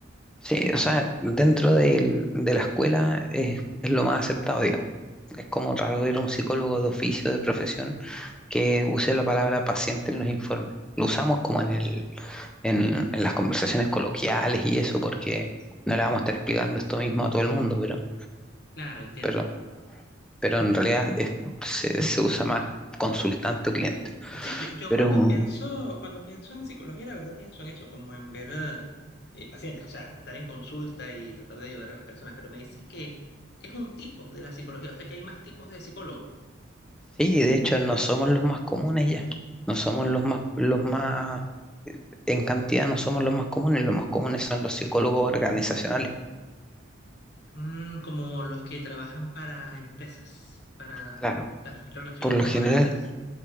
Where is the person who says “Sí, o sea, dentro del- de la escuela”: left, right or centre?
Centre